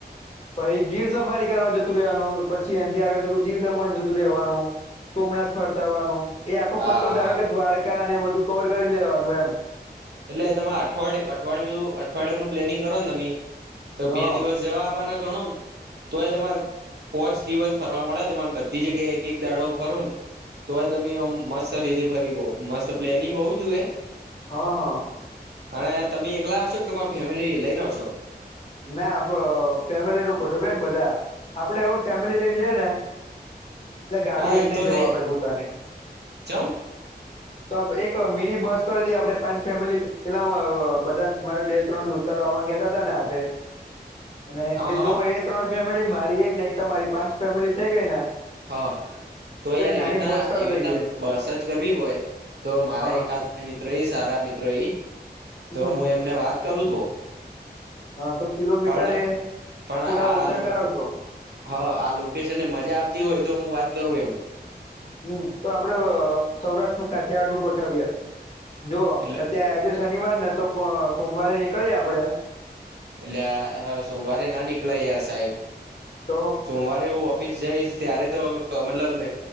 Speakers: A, on the left; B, on the right.
A: પછ ગીર સફારી કરવા જતું રહેવાનું પછી એથી આગળ થોડું દીવ દમણ જતું રહેવાનું સોમનાથ ફર્તાવાનું એ
B: હા
A: આખો પટ્ટો
B: હા
A: ધારો
B: હા
A: કે દ્વારકા ને એ બધું કવર કરી લેવાનું એમ
B: એટલે તમા અઠવાડય અઠવાડિયું અઠવાડિયા નું પ્લેનિંગ કરો ને તમે તો
A: હા
B: બે દિવસ જવા આપ બાા ના ગણું તો એ તમારે પોચ દિવસ ફરવા મળે તમાને બધી જગ્યાએ એક એક દાડો ફરો ને તોય તમે મસ્ત રીતે ફરી ગો મસ્ત પ્લેનિંગ હોવું જોઈએ
A: હા હા
B: અને તમે એકલા આવશો કે તમારી ફેમિલી લઈને આવશો
A: ના ફેમિલી નું ગોઠવ ને બધા આપડે હવે ફેમિલી લઈને જઈએ ને એટલે ગાડી
B: હા
A: લઈને
B: એ
A: નઈ
B: તો
A: જવું
B: હે
A: આપડે પોતાને
B: ચમ
A: તો એક મિની બસ કરી દઈએ આપડે પાંચ ફેમિલી પેલા બધા મારે બે ત્રણ દોસ્તારો પણ કેતા હતા ને <unintelligible> અને
B: હા
A: એ
B: હા
A: જોવ એ ત્રણ ફેમિલી મારી એક ને એક તમારી પાંચ ફેમિલી થઈ ગઈ ને
B: હા તો યાર
A: એક
B: એવી
A: નાની
B: રીતના
A: બસ કરી
B: એવી રીતના
A: દઈએ
B: બસજ કરવી હોય તો મારા
A: હા
B: એકાદ બે મિત્રઈ સારા મિત્રઈ તો
A: હમ
B: હું એમને વાત કરું તો
A: હા તો કિલોમીટર
B: પણ
A: એ
B: પણ
A: થોડા
B: આ
A: ઓછા
B: લોક
A: કરાવજો
B: હા આ લોકેશને મજા આવતી હોય તો હું વાત કરું એમ
A: હમ તો આપડે સૌરાષ્ટ્રનું કાઠિયાિયાડ નું ગોઠવીએ જો
B: એટલે
A: અત્યારે આજે શનિવાર ને તો સોમવારે નીકળીએ આપણેે
B: અલ્યા હ સોમવારે ના નીકળાય યાર સાહેબ
A: તો
B: સોમવારે એવું ઓફિસ જઈશ ત્યારે તો ક મતલબ